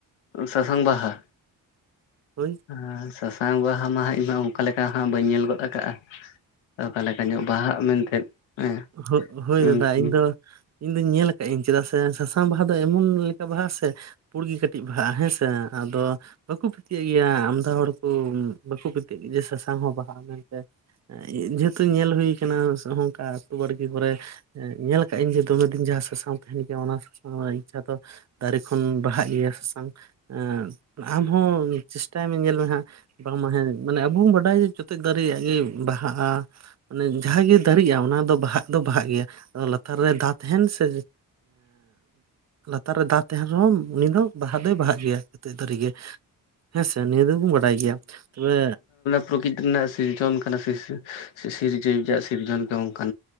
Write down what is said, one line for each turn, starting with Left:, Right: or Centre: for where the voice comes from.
Left: ᱥᱟᱥᱟᱝ ᱵᱟᱦᱟ᱾
Right: ᱦᱳᱭ
Left: ᱟᱨ ᱥᱟᱥᱟᱝ ᱵᱟᱦᱟ ᱢᱟ ᱤᱧᱢᱟ ᱚᱱᱠᱟ ᱞᱮᱠᱟ ᱦᱟᱸᱜ ᱵᱟᱹᱧ ᱧᱮᱞ ᱜᱚᱫ ᱟᱠᱟᱜᱼᱟ᱾ ᱚᱠᱟᱮᱠᱟ ᱧᱚᱜ ᱵᱟᱦᱟᱜ ᱢᱮᱱᱛᱮ᱾ ᱦᱮᱸ
Right: ᱦᱳ ᱦᱳᱭ
Left: ᱢᱮᱱᱠᱷᱟᱱ
Right: ᱫᱟᱫᱟ ᱤᱧ ᱫᱚ᱾ ᱤᱧ ᱫᱩᱧ ᱧᱮᱞ ᱠᱟᱜᱟᱹᱤᱧ ᱪᱮᱫᱟᱜ ᱥᱮ ᱥᱟᱥᱟᱝ ᱵᱟᱦᱟ ᱫᱚ ᱮᱢᱚᱱ ᱞᱮᱠᱟ ᱵᱟᱦᱟ ᱥᱮ᱾ ᱯᱩᱲᱜᱮ ᱠᱟᱹᱴᱤᱡ ᱵᱟᱦᱟ ᱟᱜ ᱦᱮᱸᱥᱮ ᱟᱫᱚ᱾ ᱵᱟᱠᱩ ᱯᱟᱹᱛᱭᱟᱹᱜ ᱜᱮᱭᱟ ᱟᱢᱫᱟ ᱦᱚᱲ ᱠᱩ ᱵᱟᱠᱩ ᱯᱟᱹᱛᱭᱟᱹᱜ ᱜᱮᱭᱟ ᱡᱮ ᱥᱟᱥᱟᱝ ᱦᱚᱸ ᱵᱟᱦᱟᱜᱼᱟ ᱢᱮᱱᱛᱮ᱾ ᱡᱮᱦᱮᱛᱩ ᱧᱮᱞ ᱦᱩᱭ ᱠᱟᱱᱟ ᱱᱚᱝᱠᱟ ᱟᱹᱛᱩ ᱵᱟᱲᱜᱮ ᱠᱚᱨᱮ᱾ ᱧᱮᱞ ᱠᱟᱜ ᱟᱹᱤᱧ ᱡᱮ ᱫᱚᱢᱮ ᱫᱤᱱ ᱡᱟᱦᱟᱸ ᱥᱟᱥᱟᱝ ᱛᱟᱦᱮᱱ ᱜᱮᱭᱟ ᱚᱱᱟ ᱥᱟᱥᱟᱝ ᱨᱮᱱᱟᱜ ᱤᱪᱷᱟ ᱫᱚ᱾ ᱫᱟᱨᱮ ᱠᱷᱚᱱ ᱵᱟᱦᱟᱜ ᱜᱮᱭᱟ ᱥᱟᱥᱟᱝ ᱮ ᱟᱢᱦᱚᱸ ᱪᱮᱥᱴᱟᱭ ᱢᱮ ᱧᱮᱞ ᱢᱮᱦᱟᱸᱜ ᱵᱟᱝᱢᱟ ᱦᱮᱸ ᱢᱟᱱᱮ ᱟᱵᱚ ᱵᱚᱱ ᱵᱟᱰᱟᱭ ᱡᱮ ᱫᱟᱨᱤᱭᱟᱜ ᱜᱮ ᱵᱟᱦᱟᱜᱼᱟ ᱢᱟᱱᱮ ᱡᱟᱦᱟᱸ ᱜᱮ ᱫᱟᱨᱤᱜᱼᱟ ᱚᱱᱟ ᱫᱚ ᱵᱟᱦᱟᱜ ᱫᱚ ᱵᱟᱦᱟᱜ ᱜᱮᱭᱟ ᱟᱫᱚ ᱞᱟᱛᱟᱨ ᱨᱮ ᱫᱟ ᱛᱟᱦᱮᱱ ᱱᱟ ᱥᱮ ᱞᱟᱛᱟᱨ ᱨᱮ ᱫᱟᱜ ᱛᱟᱦᱮᱱ ᱨᱮᱦᱚᱸ ᱩᱱᱤ ᱫᱚ ᱵᱟᱦᱟ ᱫᱚᱭ ᱵᱟᱦᱟᱜ ᱜᱮᱭᱟ ᱫᱟᱨᱮ ᱜᱮ ᱦᱮᱸᱥᱮ ᱱᱤᱭᱟᱹ ᱫᱚ ᱵᱚᱱ ᱵᱟᱰᱟᱭ ᱜᱮᱭᱟ ᱛᱚᱵᱮ
Left: ᱯᱨᱚᱠᱤᱛ ᱨᱮᱱᱟᱜ ᱥᱤᱨᱡᱚᱱ ᱠᱟᱱᱟ ᱥᱤᱨᱡᱤᱣᱭᱤ ᱥᱤᱨᱡᱚᱱ ᱫᱚ ᱚᱱᱠᱟ